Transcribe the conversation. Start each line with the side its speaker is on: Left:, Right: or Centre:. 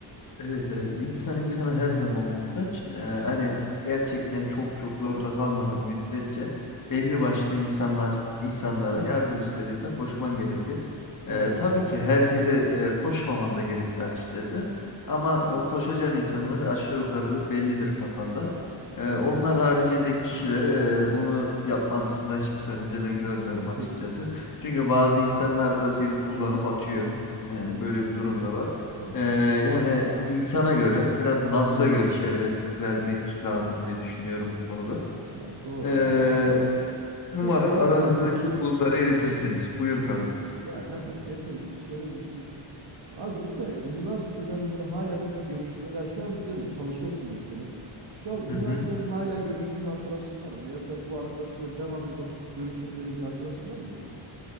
Left: Evet evet insan insana her zaman muhtaç. Ee, hani gerçekten çok çok zorda kalmadığın müddetçe belli başlı insanlar insanlara yardım istediğinde
Right: Doğru.
Left: koşman gerekir. Ee,
Right: Doğru.
Left: tabii ki herkese e, koşmaman da gerekiyor açıkçası. Ama o koşacağın insanlar aşağı yukarı bellidir kafanda. Ee,
Right: Evet
Left: onlar
Right: evet.
Left: haricindeki kişilere e, bunu yapmasında hiçbir sakınca ben görmüyorum açıkçası.
Right: Kesinlikle.
Left: Çünkü bazı insanlar da seni kullanıp atıyor. Yani
Right: Kesinlikle.
Left: böyle bir durum da var.
Right: Evet
Left: Ee,
Right: evet.
Left: yani insana göre biraz nabza göre şerbet vermek lazım diye düşünüyorum bu konuda.
Right: Ya doğru
Left: Ee,
Right: doğru kankam.
Left: umarım
Right: Bir de şeyi
Left: aranızdaki
Right: merak ettim.
Left: buzları eritirsiniz. Buyur kanka.
Right: Ya kanka geçen şöyle bir düşündüm. Abi mesela üniversiteden böyle hala mesela görüştüğün yani şu an biliyorum çalışıyorsun mesela. Şu an üniversiteden
Left: Hı hı.
Right: hala görüştüğün arkadaşın var mı? Mesela bu arkadaşımla devamlı olarak görüşürüm dediğin bir arkadaşın var mı mesela?